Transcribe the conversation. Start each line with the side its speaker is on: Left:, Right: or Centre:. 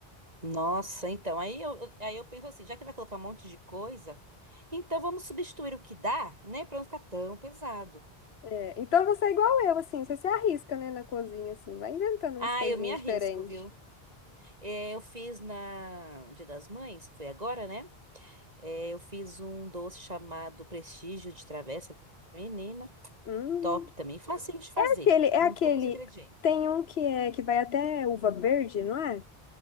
Right: Nossa, então, aí eu, aí eu penso assim, já que vai colocar um monte de coisa, então vamos substituir o que dá, né, Pra não ficar tão pesado.
Left: É, então você é igual eu, assim, você se arrisca, né, na cozinha, assim, vai inventando
Right: Ah,
Left: umas coisinhas
Right: eu me arrisco,
Left: diferentes.
Right: viu? É, eu fiz na Dia das Mães, que foi agora, né? É, eu fiz um doce chamado Prestígio de Travessa. Menina,
Left: Hum.
Right: top também, facinho de fazer,
Left: Aquele, é
Right: não
Left: aquele.
Right: é poucos ingredientes.
Left: Tem um que é que vai até uva verde, não é?